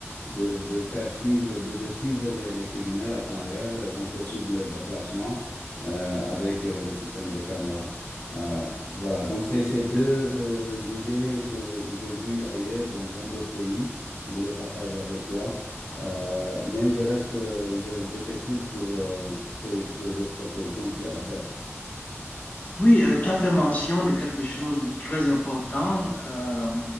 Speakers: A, on the left; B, on the left.
A: de, de faire suivre, de, de suivre les, les criminels à temps réel. On peut suivre leur déplacement euh, avec euh, le système de caméra. Euh, voilà, donc c'est ces deux euh, idées que j'ai vues ailleurs, donc dans d'autres pays. Je voulais partager avec toi. Euh, mais je reste, euh, je, je t'écoute pour euh, tes- les autres propositions que tu as à faire.
B: Oui, euh, tu as fait mention de quelque chose de très important. euh,